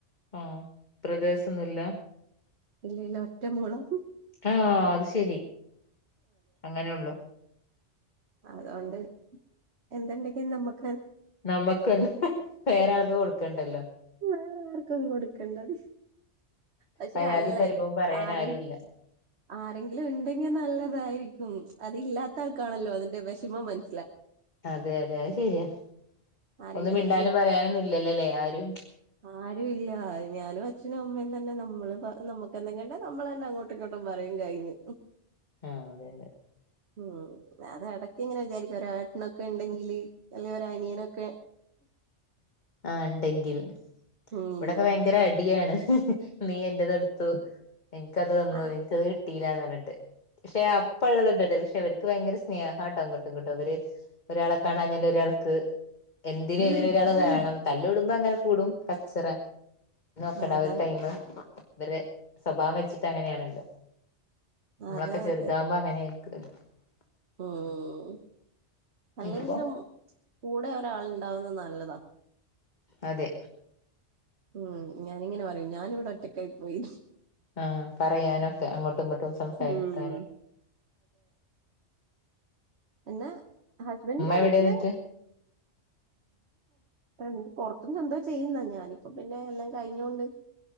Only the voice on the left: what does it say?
ആ ബ്രദേഴ്സൊന്നുമില്ല
ആ അത് ശരി അങ്ങനെള്ളു
നമ്മക്ക് വേറെയാർക്കും കൊടുക്കണ്ടല്ലോ
പരാതിയും
പരിഭവം പറയാൻ
ആരുല്ല
അതെ അതെ അത് ശെരിയാ
ഒന്നും മിണ്ടാനും പറയാനൊന്നുമില്ലല്ലേ ആരും എം <unintelligible>
ആ അതെ അതെ
ആ ഉണ്ടെങ്കിൽ
ഇവിടെക്കെ ഭയങ്കര അടിയാണ് നീ എന്റെത് എടുത്തു നിനക്കത് തന്നു
എനിക്കത് കിട്ടില്ല ണ്ട് പക്ഷെ അപ്പ ഉള്ളത്ണ്ടല്ലെ വിഷയം ഭയങ്കര സ്നേഹാട്ടാങ്ങോട്ടും ഇങ്ങട്ടുംഅവര് ഒരാളെ കാണാഞ്ഞാല് ഒരാൾക്ക് എന്തിനും ഏതിനും ഒരാള് വേണം തല്ല് കൂടുമ്പോ അങ്ങനെ കൂടും കച്ചറ നോക്കടാ
ഒരു ടൈമ് ഇവര് സ്വഭാവം വെച്ചിട്ട് അങ്ങനെയാണല്ലോ നമ്മളൊക്കെ
ചെറുതാകുമ്പോ
അങ്ങനെ ക്ക <unintelligible>
ഇപ്പൊ
അതെ
ഉം പറയാനൊക്കെ അങ്ങോട്ടും ഇങ്ങോട്ടും സംസാരിക്കാന
എവിടെ
എന്നിട്ട്